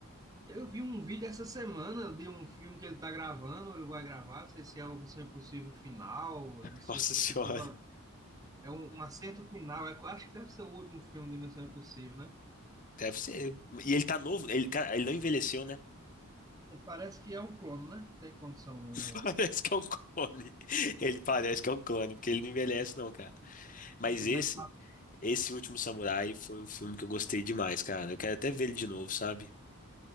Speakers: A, on the right; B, on the left.
A: Eu vi um vídeo essa semana de um filme que ele tá gravando, ou ele vai gravar, não sei se é o Missão Impossível Final,
B: <laughs>
A: eu não sei
B: Nossa
A: se
B: senhora.
A: você viu. É um, um acerto final, é, acho que deve ser o último filme de Missão Impossível, né?
B: Deve ser. E ele tá novo, ele, cara, ele não envelheceu, né?
A: E parece que é um clone, né? Tem condição no
B: <laughs>
A: negócio.
B: Parece que é um clone. Ele parece que é um clone, porque ele não envelhece, não, cara. Mas
A: Ei,
B: esse,
A: mas,
B: esse Último Samurai foi um filme que eu gostei demais, cara. Eu quero até ver ele de novo, sabe?